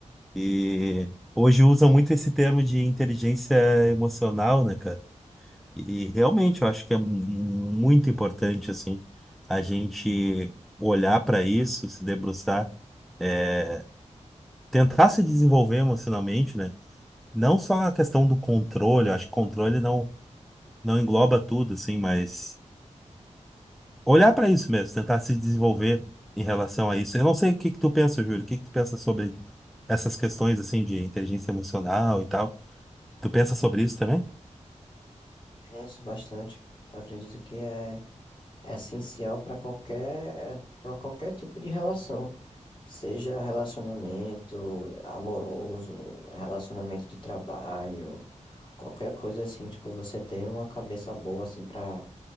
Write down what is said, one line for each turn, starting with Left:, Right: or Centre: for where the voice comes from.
Centre: E hoje usam muito esse termo de inteligência emocional, né, cara? E realmente eu acho que é mu- muito importante, assim, a gente olhar para isso, se debruçar, é, tentar se desenvolver emocionalmente, né? Não só a questão do controle, eu acho que controle não, não engloba tudo, assim, mas olhar para isso mesmo, tentar se desenvolver em relação a isso. Eu não sei o que que tu pensa, Júlio, o que que tu pensa sobre essas questões, assim, de inteligência emocional e tal. Tu pensa sobre isso também?
Left: Penso bastante. Acredito que é, é essencial para qualquer, para qualquer tipo de relação, seja relacionamento amoroso, relacionamento de trabalho, qualquer coisa assim, tipo, você ter uma cabeça boa assim para